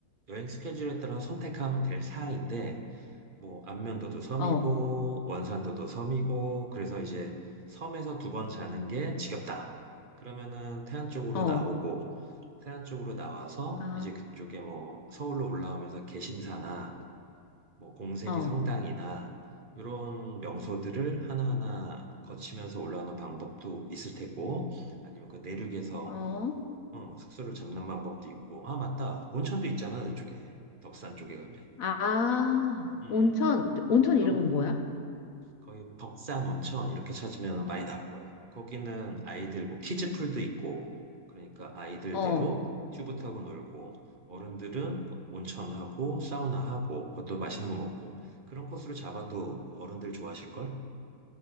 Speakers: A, on the right (about 35°); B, on the left (about 60°).
A: 여행 스케줄에 따라 선택하면 될 사항인데, 뭐, 안면도도 섬이고,
B: 어,
A: 원산도도 섬이고, 그래서 이제 섬에서 두 번 자는 게 지겹다. 그러면은 태안 쪽으로
B: 어,
A: 나오고, 태안 쪽으로 나와서
B: 아,
A: 이제 그쪽에 뭐, 서울로 올라오면서 개심사나, 뭐, 공세리
B: 어,
A: 성당이나, 이런 명소들을 하나하나 거치면서 올라오는 방법도 있을 테고, 아니면 그 내륙에서
B: 어,
A: 어, 숙소를 잡는 방법도 있고, 아, 맞다. 온천도 있잖아, 이쪽에. 덕산 쪽에 가면.
B: 아,
A: 음, 음.
B: 온천, 온천
A: 그럼
B: 이름은 뭐야?
A: 거의 덕산 온천 이렇게 찾으면 많이 나올 거야. 거기는 아이들 뭐 키즈풀도 있고, 그러니까 아이들대로
B: 어,
A: 튜브 타고 놀고, 어른들은 온천하고 사우나하고, 그것도 맛있는 거 먹고, 그런 코스로 잡아도 어른들 좋아하실걸?